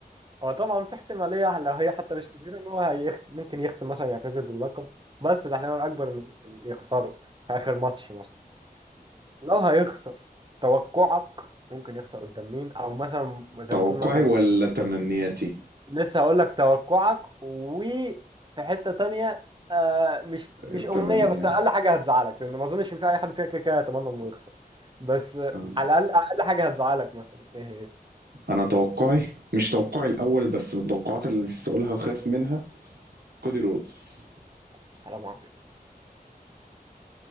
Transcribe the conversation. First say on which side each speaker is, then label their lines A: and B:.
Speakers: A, on the right (about 30°); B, on the right (about 85°).
A: هو طبعا في احتمالية لو هي حتى مش كبيرة ان هو هيخت... ممكن يختم مثلا يعتزل باللقب بس الاحتمال الأكبر انه ممكن يخسره في آخر ماتش مثلا لو هيخسر توقعك ممكن يخسر قدام مين او مثلا زي
B: توقعي
A: ما تقول مثلا
B: ولا تمنياتي
A: لسه هقول لك توقعك وفي حتة تانية آه مش
B: التمنيات
A: مش أمنية بس أقل حاجة هتزعلك لأن ما أظنش إن في أي حد فينا كده كده يتمنى إنه يخسر بس آه،
B: آه.
A: على الأقل أقل حاجة هتزعلك مثلا إيه هي
B: انا توقعي مش توقعي الاول بس من التوقعات اللي نسيت اقولها وخايف منها كودي رودز
A: السلام عليكم